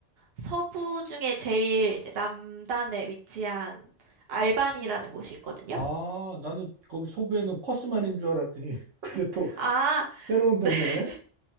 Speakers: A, on the right; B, on the right.
A: 서부 중에 제일 이제 남단에 위치한 알반이라는 곳이 있거든요.
B: 아, 나는 거기 서부에는 퍼스만인 줄 알았더니 <laughs> 그게 또
A: 아,
B: 새로운 동네네?
A: 네, <laughs>